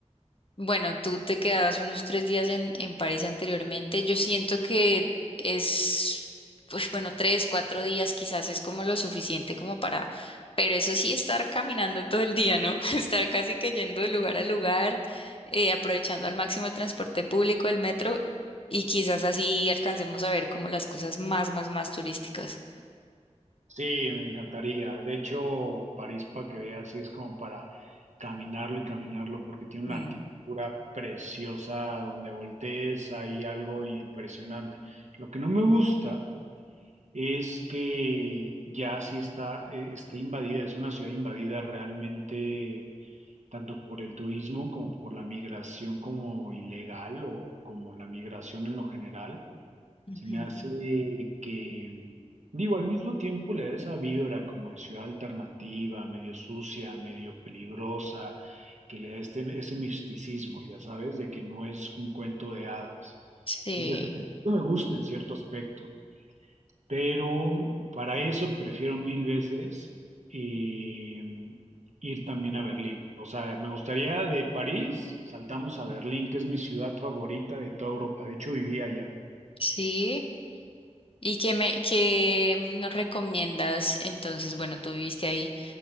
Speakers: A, on the left; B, on the right.
A: Bueno, tú te quedabas unos tres días en, en París anteriormente. Yo siento que es, pues bueno, tres, cuatro días quizás es como lo suficiente como para, pero eso sí, estar caminando todo el día, ¿no? <laughs> Estar casi que yendo de lugar a lugar, eh, aprovechando al máximo el transporte público, el metro, y quizás así alcancemos a ver como las cosas más, más, más turísticas.
B: Sí, me encantaría. De hecho, París, para que veas, sí es como para caminarlo y caminarlo, porque tiene
A: Mm.
B: una arquitectura preciosa donde voltees, hay algo impresionante. Lo que no me gusta es que ya sí está, eh, está invadida, es una ciudad invadida realmente tanto por el turismo como por la migración como ilegal o como la migración en lo general.
A: Ujú.
B: Se me hace que, digo, al mismo tiempo le da esa vibra como de ciudad alternativa, medio sucia, medio peligrosa, que le da este, ese misticismo, ya sabes, de que no es un cuento de hadas.
A: Sí,
B: Y eso, eso me gusta en cierto aspecto. Pero para eso prefiero mil veces eh, ir también a Berlín. O sea, me gustaría de París, saltamos a Berlín, que es mi ciudad favorita de toda Europa. De hecho, vivía allá.
A: sí. ¿Y qué me, qué nos recomiendas entonces? Bueno, tú viviste ahí.